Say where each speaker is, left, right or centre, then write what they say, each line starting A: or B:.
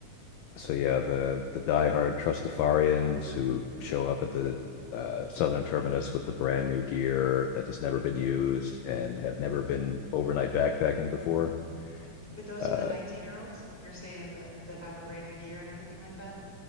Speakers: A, on the left (about 80°); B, in the centre.
A: so yeah, the the diehard Trustafarians who show up at the uh, southern terminus with the brand new gear that has never been used and have never been overnight backpacking before.
B: But those
A: Uh,
B: are the 19 year olds you're saying that that have the brand new gear and everything like that.